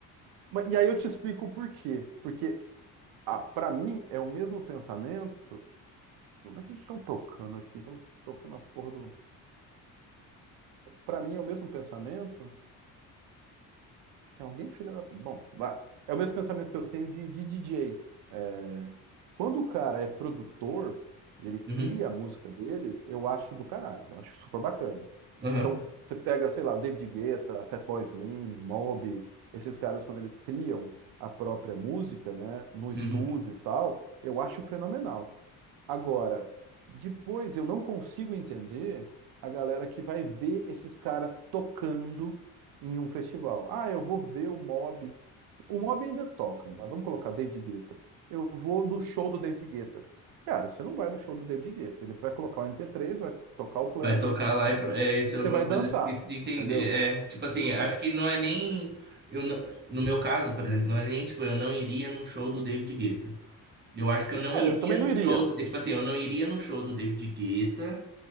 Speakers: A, on the right (about 80°); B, on the right (about 30°).
A: Mas- E aí eu te explico o porquê. Porque ah, para mim é o mesmo pensamento. Mas é que eles estão tocando aqui? Estão tocando a porra do. Para mim é o mesmo pensamento É alguém filha da. Bom, vai. É o mesmo pensamento que eu tenho de, de DJ. É, quando o cara é produtor, ele cria
B: Uhum.
A: a música dele, eu acho do caralho, eu acho super bacana.
B: Uhum.
A: Então, você pega, sei lá, o David Guetta, Fatboy Slim, Mob, esses caras, quando eles criam a própria música, né, no estúdio
B: Uhum.
A: e tal, eu acho fenomenal. Agora, depois eu não consigo entender a galera que vai ver esses caras tocando em um festival. Ah, eu vou ver o Mob o Mob ainda toca, mas vamos colocar David Guetta. Eu vou no show do David Guetta. Cara, você não vai no show do David Guetta. Ele vai colocar o MP3, vai tocar o play
B: Vai tocar lá e
A: e
B: pro- é isso
A: e você
B: é uma
A: vai dançar,
B: coisa difícil de entender.
A: entendeu?
B: É, tipo assim, acho
A: Então,
B: que não é nem eu não- no meu caso, por exemplo, não é nem tipo eu não iria num show do David Guetta. Eu acho que eu não
A: é,
B: iria
A: eu também não
B: no
A: iria.
B: show, do- é, tipo assim, eu não iria no show do David Guetta